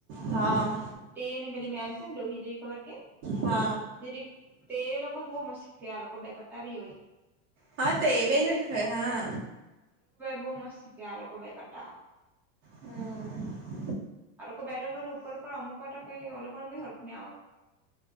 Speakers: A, on the right; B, in the centre.
A: હા
B: તેને પેલી મેમ છે ને લોોહી જોવી ખબર કે.
A: હા
B: જેથી તે લોકો બહ મસ્ શીખે આ લોકો બેકતા ભી હોય.
A: હા તો એ બે હા.
B: મામાં શીખે આ ક બેટ.
A: હમ્મ.
B: આ કો બે બ ઉપર ઉપર અમુક ક એ લોકો બ ઘર ખુ આવત.